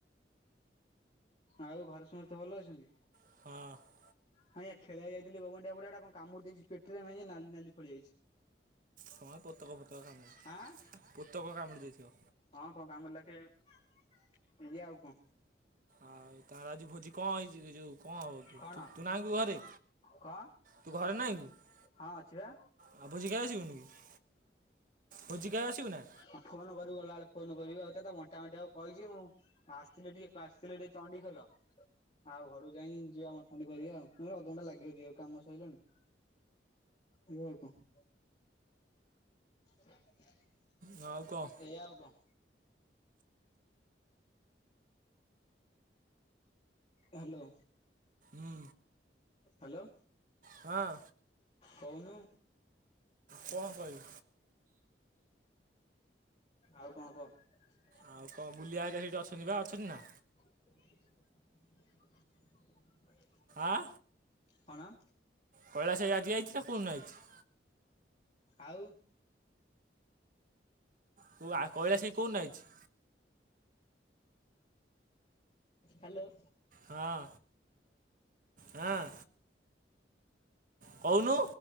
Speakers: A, on the left; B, on the right.
A: ଆଉ ଘରେ ସମସ୍ତେ ଭଲ ଅଛନ୍ତି?
B: ହଁ।
A: ହଁୟା ଖେଳିଆ ଯାଇଥିଲ ଗୋବଣ୍ଡିଆ ପଡିଆ ଗୋଟେ କଣ କାମୁଡି ଦେଇଚି ପେଟରେ ମେଞ୍ଚେ ନାଲି ନାଲି ଫଳି ଯାଇଚି।
B: କଣ ପୋତକ ଫୋତକ କାମୁଡ଼ିଥିବ।
A: ଆଁ
B: ପୋତକ କାମୁଡ଼ି ଦେଇଥିବ।
A: ହଁ କଣ କାମୁଡିଲା କେଜାଣି। ଏଇଆ ଆଉ କଣ?
B: ଆଉ ତାଙ୍କର ଆଜି ଭୋଜି କଣ ହେଇଚି ରେ ଯୋଉ କଣ ହବ କିୁ
A: କଣ
B: ତୁ ତୁ ତୁ ନାହୁଁ କି ଘରେ।
A: କଣ?
B: ତୁ ଘରେ ନାହୁଁକି?
A: ହଁ ଅଛି ବା
B: ଆଉ ଭୋଜି ଖାଇ ଯିବୁନୁ କି ଭୋଜି ଖାଇ ଆସିବୁ ନାଁ?
A: ହଁ ଫୋନ କରିବୁ ଗଲା ବେଳଳେ ଫୋନ କରିବି ଆଉ ତ ବଣ୍ଟା ବଣ୍ଟି ହବ କହିଛି ମୁଁ। ଆସିଥିଲେ ଟିକେ ଆସିଥିଲି ଟିକେ ଚଣ୍ଡିଖୋଲ। ଆଉ ଘରକୁ ଯାଇଁକି ଯିଆ ବଣ୍ଟା କରିବା ଆଉ ମ ଅଧଘଣ୍ଟା ଲାଗିବ ଯିବାକୁ କାମ ସରିଲାଣି। ଏଇଆ ଆଉ କଣ? ଏଇଆ
B: ହଁ ଆଉ କଣ?
A: ଆଉ କଣ? ହାଲୋ।
B: ହୁଁ।
A: ହାଲୋ
B: ହଁ
A: କହୁନୁ?
B: କଣ କହିବି
A: ଆଉ କଣ କହ
B: ଆଉ କଣ ବୁଲିଆହାରଆ ସେଇଠି ଅଛନ୍ତି ବା ଅଛନ୍ତି ନା?
A: <unintelligible>
B: ଆଁ
A: କଣ?
B: କୈଳାସ ଭାଇ ଆଜି ଆଇଚିନା କୋଉଦିନ ଆଇଚି
A: ଆଉ
B: କୁ କୈଳାସ ଭାଈ କୋଉଦିନ ଆଇଚି?
A: ହାଲୋ।
B: ହଁ ହଁ କହୁନୁ